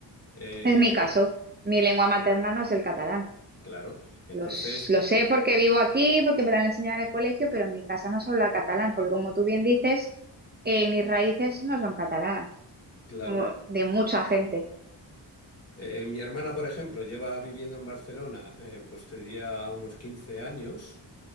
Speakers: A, on the left; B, on the right.
A: Eh,
B: Es mi caso. Mi lengua materna no es el catalán.
A: claro, entonces,
B: Los, lo sé porque vivo aquí, porque me la han enseñado en el colegio, pero en mi casa no se habla catalán, porque como tú bien dices, eh, mis raíces no son catalanas,
A: claro.
B: como de mucha gente.
A: Eh, mi hermana, por ejemplo, lleva viviendo en Barcelona, eh, pues tenía unos 15 años